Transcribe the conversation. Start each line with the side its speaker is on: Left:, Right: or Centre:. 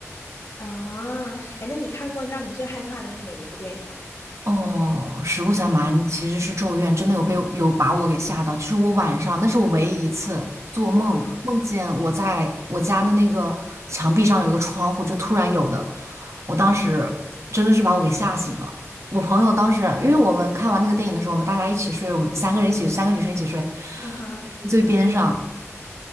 Left: 啊，哎，那你看过让你最害怕的是哪一部电影啊？
Right: 哦，实不相瞒，其实是《咒怨》真的有被有把我给吓到。就是我晚上，那是我唯一一次做梦，
Left: 嗯，
Right: 梦见我在我家的那个墙壁上有一个窗户，就突然有的。我当时真的是把我给吓醒了。我朋友当时，因为我们看完那个电影的时候，我们大家一起睡，我们三个人一起，三个女生一起睡，
Left: 啊哈，
Right: 最边上。